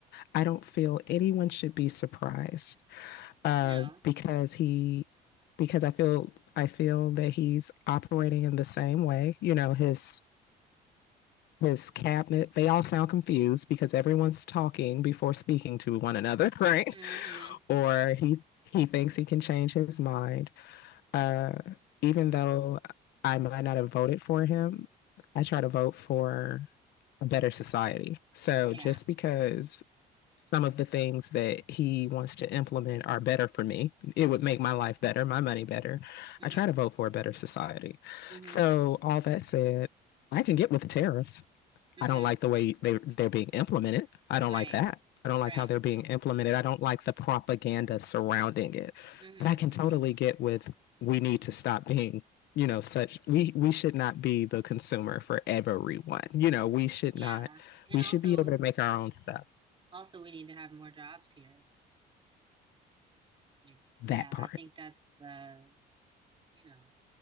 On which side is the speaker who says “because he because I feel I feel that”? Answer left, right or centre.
Left